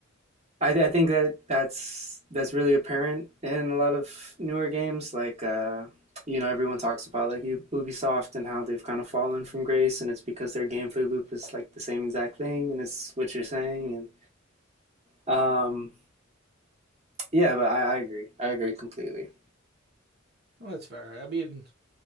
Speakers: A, on the right; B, on the right.
A: I, I think that that's that's really apparent in a lot of newer games. Like uh, you know, everyone talks about like U- Ubisoft and how they've kind of fallen from grace, and it's because their gameplay loop is like the same exact thing, and it's what you're saying. And um, yeah, but I, I agree. I agree completely.
B: Well, that's fair. I mean,